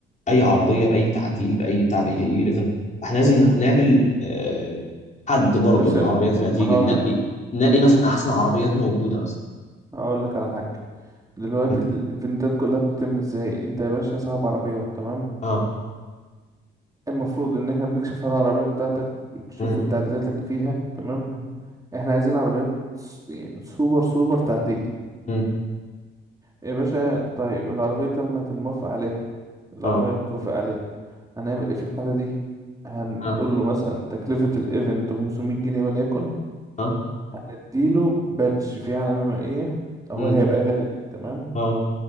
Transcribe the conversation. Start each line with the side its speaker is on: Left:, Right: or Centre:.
Left: اي عربية باي تعديل باي بتاع يجي الايفنت فاحنا لازم نح- نعمل آه، حد برضه
Right: يا باشا
Left: العربيات اللي هتيجي
Right: هقول
Left: ننقي
Right: لك
Left: ننقي مثلا احسن عربيات موجودة مثلا
Right: هقول لك على حاجة دلوقتي
Left: مم.
Right: الايفنتات كلها بتتم ازاي انت يا باشا صاحب عربية تمام
Left: اه
Right: المفروض ان احنا بنكشف على العربية بتاعتك تشوف
Left: مم.
Right: التعديلات اللي فيها تمام احنا عايزين عربيات س- يعني سوبر سوبر تعديل
Left: مم.
Right: يا باشا طيب العربية تمت الموافقة عليها العربية
Left: اه
Right: اتوافق عليها هنعمل ايه في الحالة دي هنقول
Left: اه
Right: له مثلا تكلفة الايفنت 500 جنيه وليكن
Left: اه
Right: اديله بادج فيه علامة مائية هو
Left: مم.
Right: هيبقى غالي تمام
Left: اه